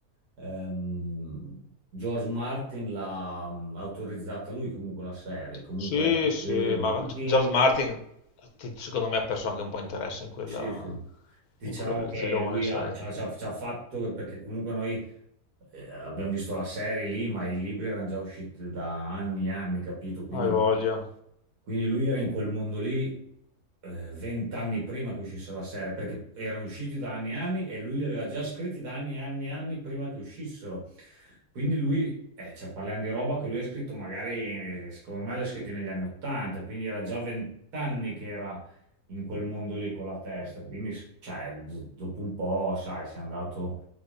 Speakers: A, on the right; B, on the left.
A: ehm, George Martin l'ha mm, autorizzata lui comunque la serie, comunque
B: Sì,
A: degli
B: sì,
A: esecutivi.
B: ma George Martin, ti- secondo me, ha perso anche un po' interesse in quella-
A: Sì, sì. Diciamo
B: in quel
A: che
B: filone,
A: lui
B: sai.
A: ha- ci ha, ci ha- ci ha fatto perché comunque noi eh, abbiamo visto la serie lì, ma i libri erano già usciti da anni e anni, capito? Quindi,
B: Hai voglia.
A: quindi lui era in quel mondo lì eh, vent'anni prima che uscisse la serie, perché erano usciti da anni e anni e lui li aveva già scritti da anni e anni e anni prima che uscissero. Quindi lui, eh, cioè, parliamo di roba che lui ha scritto magari, eh, secondo me l'ha scritto negli anni Ottanta, quindi era già vent'anni che era in quel mondo lì con la testa. Quindi, s- cioè, d- dopo un po', sai, sei andato